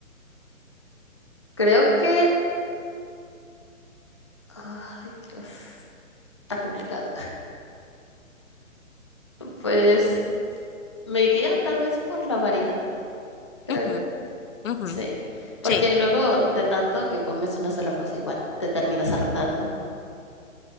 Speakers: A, on the left; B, on the left.
A: creo que... Ay, Dios, está complicado. Pues me iría tal vez por la variedad, creo
B: Ujú,
A: yo.
B: ujú.
A: Sí, porque
B: Sí,
A: luego de tanto que comes una sola cosa igual, te terminas hartando.